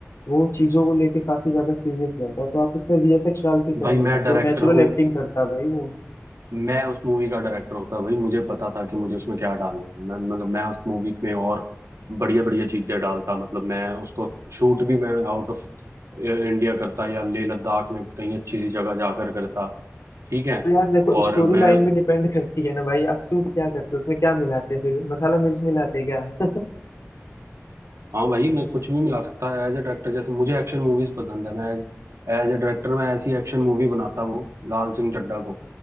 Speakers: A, on the left; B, on the right.
A: वो चीजों को लेके काफी ज्यादा सीरियस रहता है तो आप उसमें वीएफएक्स डाल के क्या
B: भाई
A: दिखाते
B: मैं डायरेक्टर
A: हो नेचुरल
B: हूँ
A: एक्टिंग करता है भाई वो
B: मैं उस मूवी का डायरेक्टर होता भाई मुझे पता था कि मुझे उसमें क्या डालना है मैं मतलब मैं उस मूवी में और बढ़िया बढ़िया चीजें डालता मतलब मैं उसको शूट भी मैं आउट ऑफ इंडिया करता या लेह लद्दाख में कहीं अच्छी सी जगह जाकर करता ठीक है
A: तो यार देखो
B: और
A: स्टोरी
B: मैं
A: लाइन भी डिपेंड <laughs> करती है ना भाई आप सूट क्या करते हो उसमें क्या मिलाते हैं फिर मसाला मिर्च मिलाते हैं क्या
B: हाँ भाई मैं कुछ भी मिला सकता है एज ए डायरेक्टर जैसे मुझे एक्शन मूवीज पसंद है मैं एज ए डायरेक्टर मैं ऐसी एक्शन मूवी बनाता वो लाल सिंह चड्ढा को